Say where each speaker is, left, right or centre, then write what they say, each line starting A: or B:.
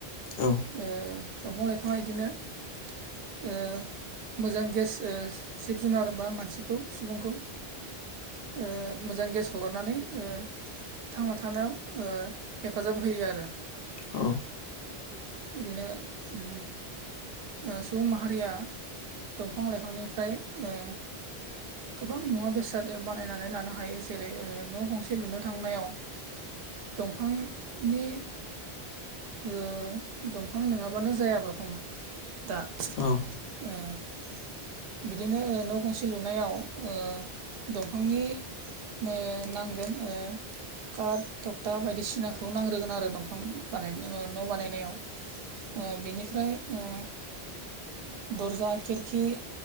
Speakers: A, on the left; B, on the right.
A: औ
B: ओ दंफां लाइफां बिदिनो ओ मोजां गेस ओ जिब जुनार बा मानसिखौ सुबुंखौ ओ मोजां गेस हगारनानै ओ थांना थानायाव ओ हेफाजाब होयो आरो
A: औ
B: बिदिनो उ ओ सुबुं माहारिया दंफां-लाइफांनिफ्राय ओ गोबां मुवा बेसाद बानायनानै लानो हायो जेरै न' गंसे लुनो थांनायाव दंफांनि ओ दंफां नङाबानो जाया रखम दा
A: औ
B: <unintelligible> बिदिनो न' गंसे लुनायाव ओ दंफांनि ओ नांगोन ओ काट टखथा बायदिसिनाखौ नांग्रोगोन आरो दंफां बानायनो न' बानायनायाव ओ बेनिफ्राय ओ दरजा खिरखि